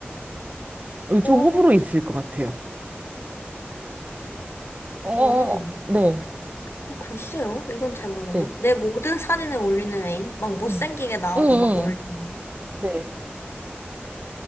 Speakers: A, on the right (about 40°); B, on the left (about 80°).
A: 이거 좀
B: 오,
A: 호불호 있을 것 같아요. 어,
B: 저는,
A: 네,
B: 어, 글쎄요. 이건 잘 모르겠네.
A: 네,
B: 내 모든 사진을 올리는 애인? 막 못생기게
A: 응,
B: 나와도
A: 응, 응.
B: 막 올리는.
A: 네.